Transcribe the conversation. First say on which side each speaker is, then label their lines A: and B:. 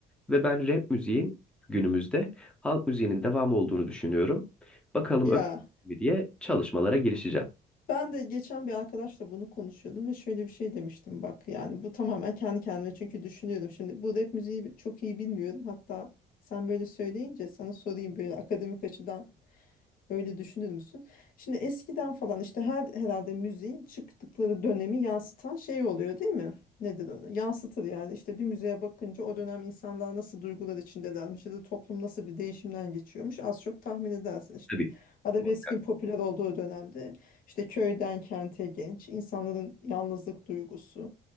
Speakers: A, in the centre; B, on the left.
A: Ve ben rap müziğin günümüzde halk müziğinin devamı olduğunu düşünüyorum. Bakalım
B: Ya.
A: öyle mi diye çalışmalara girişeceğim.
B: Ben de geçen bir arkadaşla bunu konuşuyordum ve şöyle bir şey demiştim bak yani bu tamamen kendi kendime çünkü düşünüyordum şimdi bu rap müziği çok iyi bilmiyorum hatta sen böyle söyleyince sana sorayım böyle akademik açıdan Öyle düşünür müsün? Şimdi eskiden falan işte her herhalde müziğin çıktıkları dönemi yansıtan şey oluyor değil mi? Nedir onu? Yansıtır yani işte bir müziğe bakınca o dönem insanlar nasıl duygular içindelermiş ya da toplum nasıl bir değişimden geçiyormuş az çok tahmin edersin işte.
A: Tabii
B: Arabeskin
A: muhakkak,
B: popüler olduğu dönemde işte köyden kente genç insanların yalnızlık duygusu